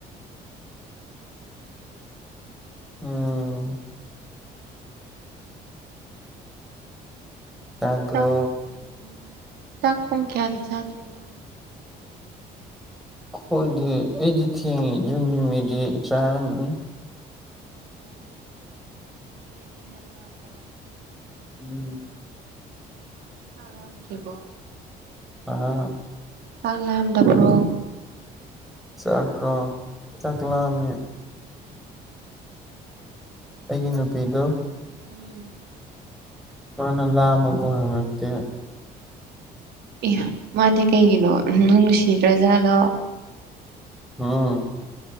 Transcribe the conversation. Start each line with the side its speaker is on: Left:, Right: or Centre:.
Centre: ꯎꯝ ꯇꯕ꯭ꯔꯣ
Right: ꯆꯥꯛ ꯎꯝ ꯆꯥꯛ ꯄꯨꯡ ꯀꯌꯥꯗ ꯆꯥꯗꯣꯏꯅꯣ
Centre: ꯈꯣꯏꯗꯤ ꯑꯩꯗꯤ ꯊꯦꯡꯑꯦ ꯌꯨꯝꯒꯤ ꯃꯤꯗꯤ ꯆꯥꯔꯝꯃꯅꯤ
Right: ꯑꯣ ꯅꯪꯗꯤ ꯊꯦꯡꯅ ꯊꯦꯡꯅ ꯆꯥꯕ꯭ꯔꯣ
Centre: ꯎꯝ
Right: ꯆꯥꯛ ꯂꯤꯝꯗ꯭ꯔꯤꯕꯣ
Centre: ꯑꯥ
Right: ꯆꯥꯛ ꯂꯝꯗꯕ꯭ꯔꯣ
Centre: ꯆꯥꯛꯔꯣ ꯆꯥꯛꯂꯝꯃꯦ ꯑꯩꯒꯤ ꯅꯨꯄꯤꯗꯣ
Right: ꯎꯝ
Centre: ꯃꯥꯅ ꯂꯥꯝꯃꯕꯣ ꯍꯪꯉꯛꯇꯦ
Right: ꯑꯦ ꯃꯗꯤ ꯀꯩꯒꯤꯅꯣ ꯅꯪ ꯅꯨꯡꯁꯤꯗ꯭ꯔ ꯖꯥꯠꯂꯣ
Centre: ꯎꯝ